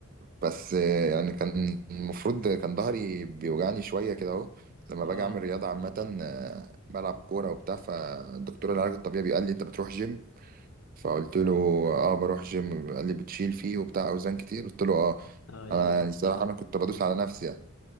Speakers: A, on the right; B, on the left.
A: بس آه، يعني كان المفروض كان ظهري بيوجعني شويه كده اهو لما
B: اه
A: باجي اعمل رياضه عامه آه، بلعب كوره وبتاع فالدكتور العلاج الطبيعي قال لي انت بتروح جيم فقلت له اه بروح جيم قال لي بتشيل فيه وبتاع اوزان كتير قلت له اه
B: آه، ايوه
A: انا يعني الصراحه انا كنت بدوس على نفسي يعني